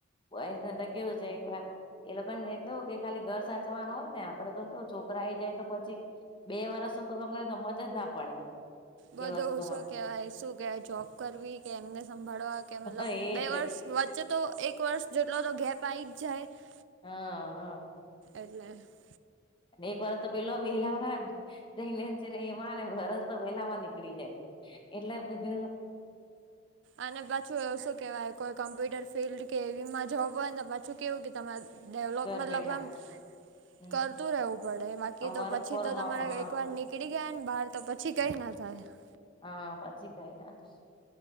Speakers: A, on the left (about 25°); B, on the right (about 65°).
A: બોયસને તો કેવું છે એક વાર... એ લોકોને કેવું કે ખાલી ઘર સાચવાના હોય ને આપડે તો છોકરા આઈ જાય તો પછી... બે વરસ તો તમને સમજ જ ના પડે. એ
B: બધું
A: વસ્તુમાં
B: ઓ શું કેવાય શું કે જોબ કરવી કે એમને સંભાળવા... કે મતલબ
A: એજ
B: બે વર્ષ વચ્ચે તો એક વર્ષ જેટલો તો ગેપ આવી જ જાય- -
A: હા હા.
B: એટલે- -
A: એક વાર તો પેલો વહેલામાંગ છે ને એમાં વરસ તો વહેલામાં નીકળી જાય- - એટલે પ કીધૂ
B: અને પાછું એવું શું કેવાય કોઈ કોમ્પ્યુટર ફિલ્ડ કે એવીમાં જોબ હોય ને પાછું કેવું કે તમારે ડેવલોપ
A: ઘર
B: મતલબ
A: બેઠા
B: આમ- -
A: હમ
B: તરતું રહેવું પડે બાકી તો
A: વર્ક
B: પછી
A: ફોર
B: તો
A: હો
B: તમારે
A: હા
B: એકવાર નીક નીકલી ગયા ને બાર તો પછી કઈ ના થાય- -
A: હા પછી કઈ ના થાય